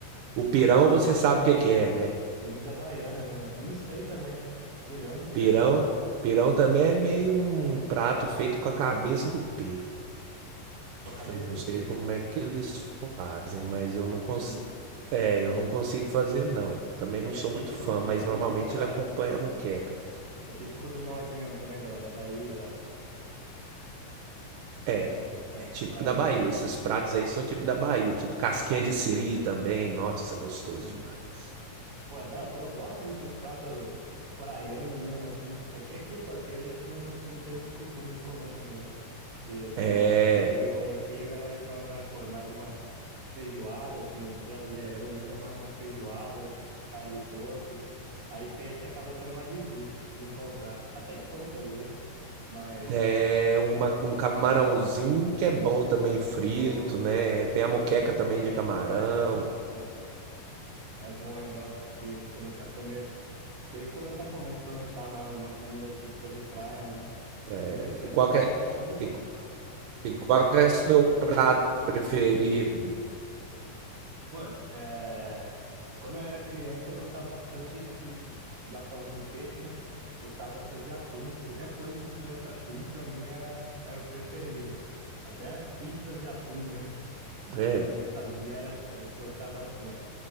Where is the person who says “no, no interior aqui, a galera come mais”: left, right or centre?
Right